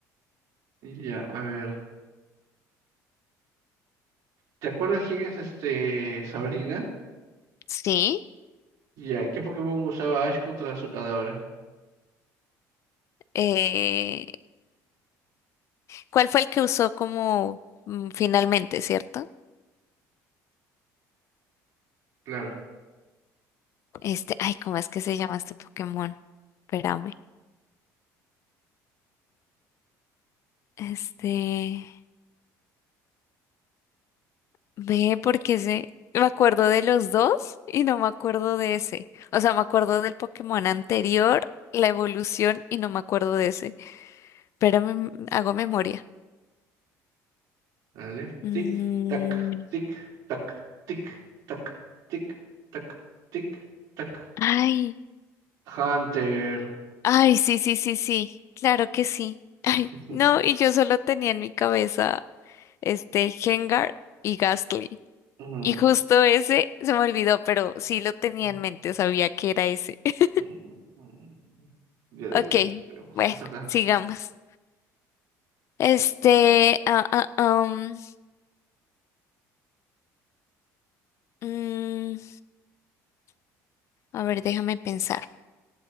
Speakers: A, on the right; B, on the left.
A: Y Ya, a ver. ¿Te acuerdas quién es este Sabrina?
B: Sí.
A: Ya, ¿qué Pokémon usaba Ash contra su cadáver?
B: Eh, ¿cuál fue el que usó como mm, finalmente, cierto?
A: Claro.
B: Este, ay, ¿cómo es que se llama este Pokémon? Espérame. Este, ve porque se, me acuerdo de los dos y no me acuerdo de ese. O sea, me acuerdo del Pokémon anterior, la evolución y no me acuerdo de ese. Espérame, m- hago memoria.
A: Dale.
B: Mm,
A: Tic, tac, tic, tac, tic, tac, tic, tac, tic, tac.
B: ay,
A: Hunter.
B: ay, sí, sí, sí, sí. Claro que sí. Ay,
A: <laughs>
B: no, y yo solo tenía en mi cabeza este Gengar y Gastly.
A: Mm,
B: Y justo ese se me olvidó, pero sí lo tenía
A: mm,
B: en mente, sabía que era ese. <laughs>
A: mm, mm. Ya, de
B: Ok,
A: ahí lo vemos.
B: bueno,
A: Te toca.
B: sigamos. Este, ah, ah, am, mm, a ver, déjame pensar.